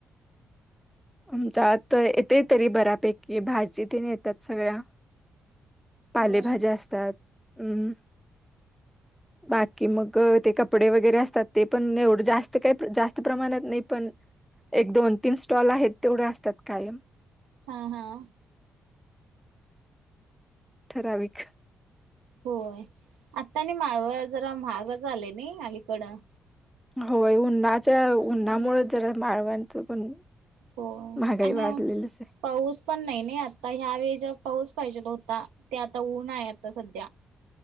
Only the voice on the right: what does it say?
होय.
हं हं.
होय, आता नही माळव जरा, महाग झाले नही, अलीकडं?
हम्म.
हो
आणि
पाऊस पण नही नइ आता, ह्या वेळे जे पाऊस पाहिजेल होता, ते आता ऊन आहे, आता सध्या.